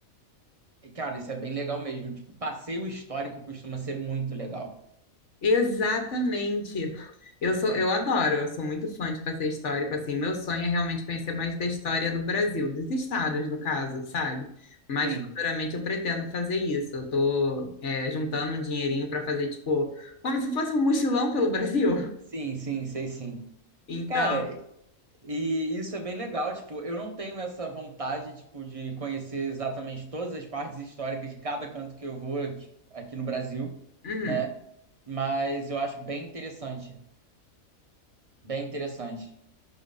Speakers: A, on the right (about 25°); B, on the left (about 55°).
A: E, Cara, isso é bem legal mesmo. Tipo, passeio histórico costuma ser muito legal.
B: Exatamente. Eu sou, eu adoro, eu sou muito fã de passeio histórico, assim, meu sonho é realmente conhecer mais da história do Brasil, dos estados, no caso, sabe? Mas
A: Sim,
B: futuramente eu pretendo fazer isso. Eu tô, é, juntando um dinheirinho para fazer, tipo, como se fosse um mochilão pelo Brasil. <laughs>
A: sim, sim, sei sim.
B: Então,
A: Cara, E isso é bem legal, tipo, eu não tenho essa vontade, tipo, de conhecer exatamente todas as partes históricas de cada canto que eu vou aqui aqui no Brasil,
B: uhum.
A: né? Mas eu acho bem interessante, bem interessante.